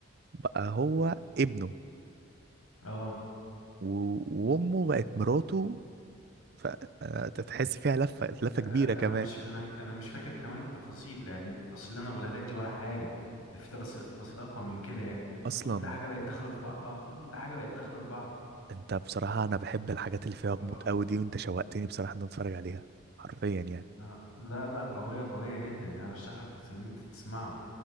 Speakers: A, on the right; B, on the left.
A: بقى هو ابنه
B: اه
A: و- وأمه بقت مراته فتحس فيها لفة لفة
B: انا
A: كبيرة كمان
B: مش انا انا مش فاكر كمان التفاصيل يعني التفاصيل اللي انا بقولها لك دي ولا حاجه ده في تلاص- تفاصيل اقوى من كده يعني
A: أصلا
B: كل حاجه بقت داخله في بعض اه كل حاجه بقت داخله في بعض
A: أنت بصراحة أنا بحب الحاجات اللي فيها غموض
B: اه
A: أوي دي وأنت شوقتني بصراحة إن أنا أتفرج عليها حرفيا يعني
B: لا لا لا قويه قويه جدا يعني ارشح لك تس- ان انت تسمعه